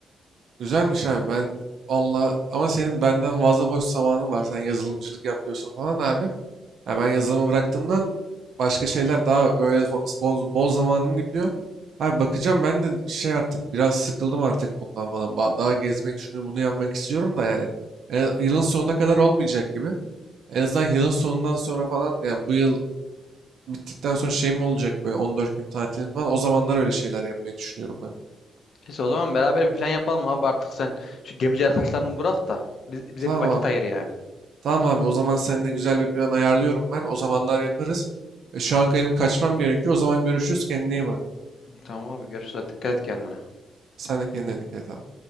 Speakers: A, on the right; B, on the left.
A: Güzelmiş abi ben Allah ama senin benden fazla boş zamanın var. Sen yazılımcılık yapıyorsun falan abi. Ya ben yazılımı bıraktığımdan başka şeyler daha böyle fo- bol boz zamanım gidiyor. Abi bakacağım ben de şey artık biraz sıkıldım artık bundan falan. Ba- Daha gezmek şunu bunu yapmak istiyorum da yani. E, yılın sonuna kadar olmayacak gibi. En azından yılın sonundan sonra falan yani bu yıl bittikten sonra şey mi olacak böyle 14 gün tatil falan. O zamanlar öyle şeyler yapmayı düşünüyorum ben de.
B: İşte o zaman beraber bir plan yapalım abi artık sen. Şu gemici arkadaşlarını bırak da biz- bize
A: Tamam
B: bir vakit
A: abi.
B: ayır yani.
A: Tamam abi o zaman seninle güzel bir plan ayarlıyorum ben. O zamanlar yaparız. E, şu an benim kaçmam gerekiyor. O zaman görüşürüz. Kendine iyi bak.
B: Tamam abi görüşürüz. Dikkat et kendine.
A: Sen de kendine dikkat et abi.